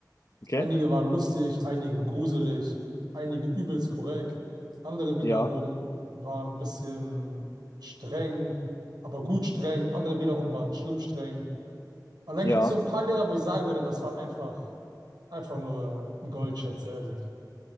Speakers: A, on the left; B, on the right.
A: Okay.
B: Einige waren lustig, einige gruselig, einige übelst korrekt, andere wiederum
A: Ja.
B: waren ein bisschen streng, aber gut streng, andere wiederum waren schlimm streng. Und dann
A: Ja.
B: gibt es so ein paar Lehrer, wo ich sagen würde, das waren einfach, einfach nur Goldschätze, ehrlich.